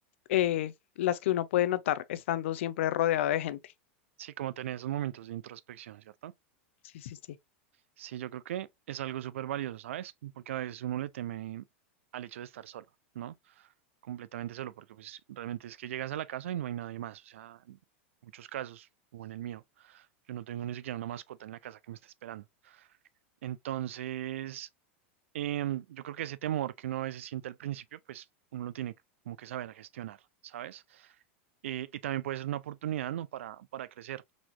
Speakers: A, on the left; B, on the right.
A: eh, las que uno puede notar estando siempre rodeado de gente.
B: Sí, como tener esos momentos de introspección, ¿cierto?
A: Sí, sí, sí.
B: Sí, yo creo que es algo súper valioso, ¿sabes? Porque a veces uno le teme al hecho de estar solo, ¿no? Completamente solo, porque pues realmente es que llegas a la casa y no hay nadie más, o sea, en muchos casos, o en el mío. Yo no tengo ni siquiera una mascota en la casa que me esté esperando. Entonces, em, yo creo que ese temor que uno a veces siente al principio, pues uno lo tiene como que saber gestionar, ¿sabes? Eh, y también puede ser una oportunidad, ¿no? Para, para crecer.